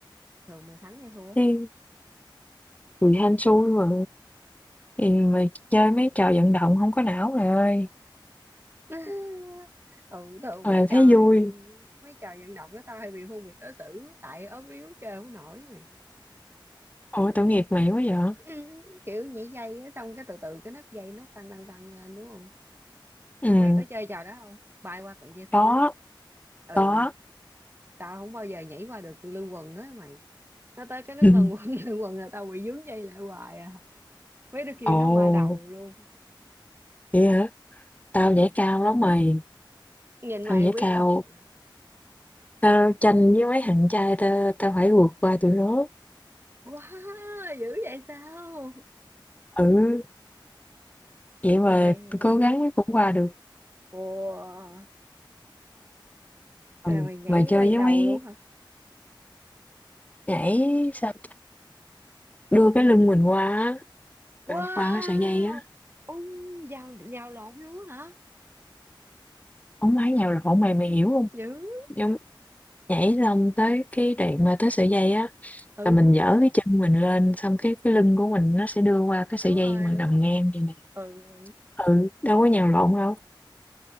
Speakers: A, on the right; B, on the left.
A: Thường mày thắng hay thua?
B: chứ tùy hên xui mà. Thì mà chơi mấy trò vận động không có não rồi ơi,
A: <laughs> ừ, thường
B: mà
A: mấy trò
B: thấy vui.
A: mấy trò vận động đó tao hay bị phân biệt đối xử tại ốm yếu chơi không nổi mày. <laughs>
B: ôi tội nghiệp mày quá vậy?
A: Ừ, Kiểu nhảy dây á xong cái từ từ cái nấc dây nó tăng tăng tăng lên đúng không?
B: Ừm,
A: Mày có chơi trò đó không? Bay qua cọng dây thun
B: có,
A: á. Ừ,
B: có.
A: tao không bao giờ nhảy qua được lưng quần á mày. Nó tới cái nấc
B: <laughs>
A: lần quần <laughs> lưng quần là tao bị vướng dây lại hoài à. Mấy đứa kia
B: Ồ,
A: nó qua đầu luôn.
B: vậy hả? Tao nhảy cao lắm mày,
A: nhìn
B: tao
A: mày
B: nhảy
A: quý
B: cao,
A: rồi
B: tao tranh với mấy thằng trai tao tao phải vượt qua tụi nó.
A: wow dữ vậy sao
B: Ừ, vậy mà
A: là mày
B: cố gắng cũng qua được.
A: wow
B: Ừ,
A: là mày nhảy
B: mà chơi
A: quay
B: với
A: đầu
B: mấy
A: luôn hả
B: nhảy sao Đưa cái lưng mình qua á,
A: wow
B: bạn qua cái sợi dây á,
A: ông vào vào lộn luôn hả
B: hổng phải nhào lộn mày, mày hiểu hông?
A: dữ
B: Giống nhảy xong tới cái đoạn mà tới sợi dây á,
A: ừ
B: là mình giở cái chân mình lên, xong cái cái lưng của mình nó sẽ đưa qua cái sợi
A: đúng rồi
B: dây mà
A: đúng
B: nằm
A: rồi
B: ngang vậy nè.
A: ừ ừ
B: Ừ, đâu có nhào lộn đâu,